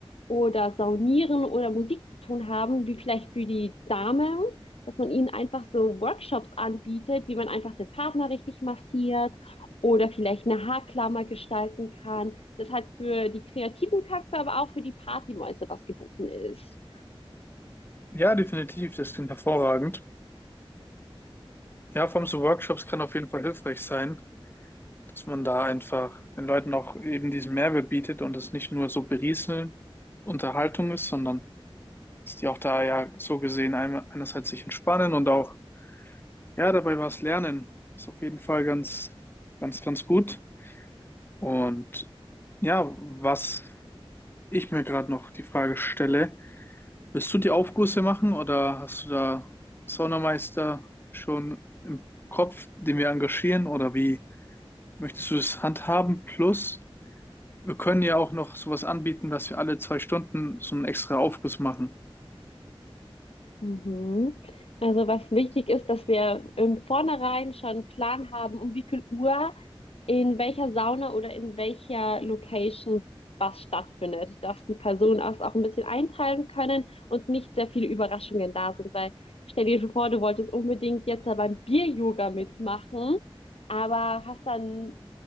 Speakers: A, on the left; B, on the left.
A: oder Saunieren oder Musik zu tun haben, wie vielleicht für die Damen, dass man ihnen einfach so Workshops anbietet, wie man einfach den Partner richtig massiert oder vielleicht eine Haarklammer gestalten kann. Das hat für die kreativen Köpfe, aber auch für die Partymäuse was geboten ist.
B: Ja, definitiv, das klingt hervorragend. Ja, vor allem so Workshops kann auf jeden Fall hilfreich sein, dass man da einfach den Leuten auch eben diesen Mehrwert bietet und es nicht nur so berieseln Unterhaltung ist, sondern dass die auch da ja so gesehen ein- einerseits sich entspannen und auch, ja, dabei was lernen. Ist auf jeden Fall ganz, ganz, ganz gut. Und ja, was ich mir gerade noch die Frage stelle, willst du die Aufgüsse machen oder hast du da einen Saunameister schon im Kopf, den wir engagieren oder wie möchtest du das handhaben? Plus, wir können ja auch noch sowas anbieten, dass wir alle zwei Stunden so einen extra Aufguss machen.
A: Mhm. Also was wichtig ist, dass wir im Vornherein schon einen Plan haben, um wie viel Uhr in welcher Sauna oder in welcher Location was stattfindet, dass die Personen das auch ein bisschen einteilen können und nicht sehr viele Überraschungen da sind, weil stell dir vor, du wolltest unbedingt jetzt da beim Bier-Yoga mitmachen, aber hast dann,